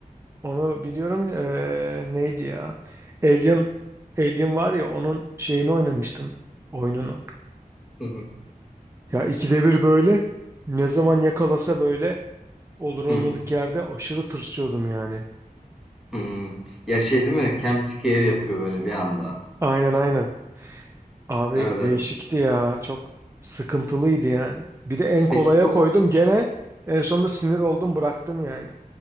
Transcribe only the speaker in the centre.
Hı hı.
Hı hı.
Hımm. Ya, şey değil mi? Jumpscare yapıyor böyle bir anda.
Evet,
evet.
Peki o